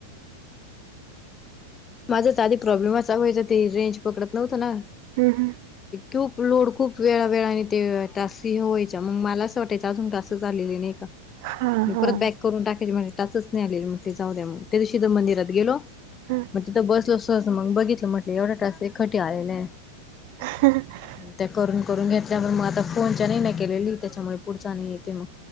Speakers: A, on the left; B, on the right.
A: माझाच आधी प्रॉब्लेम असा व्हायचा ते रेंज पकडत नव्हतं ना
B: हम्म हम्म.
A: खूप लोड खूप वेळा वेळाने ते टास्क हे व्हायच्या मग मला असं वाटायचं अजून टास्क झालेले नाही का
B: हां,
A: म
B: हां.
A: परत बॅक करून टाकायची म्हटल टास्कच नाही आलेली म्हटले जाऊ द्या म, त्यादिवशी तर मंदिरात गेलो
B: हम्म.
A: मग तिथं बसल असो असं मग बघितलं म्हटलं एवढा टास्क एकहाती आलेला आहे
B: ह
A: त्या करून करून घेतल्या म्हणून मग आता फोनच्या नाही ना केलेली त्याच्यामुळे पुढचा नाही येते मग